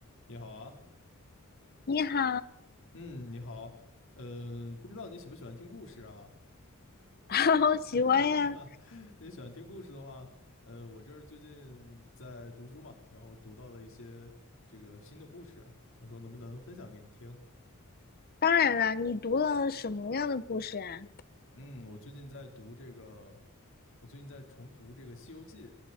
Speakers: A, on the left (about 60°); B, on the left (about 45°).
A: 你好啊，
B: 你好，
A: 嗯，你好，嗯、不知道你喜不喜欢听故事啊？
B: <laughs> 好喜欢呀！
A: <laughs> 哈哈哈，你喜欢听故事的话，呃，我这儿最近在读书嘛，然后读到了一些这个新的故事，想说能不能分享给你听？
B: 当然啦，你读了什么样的故事啊？
A: 嗯，我最近在读这个，我最近在重读这个《西游记》，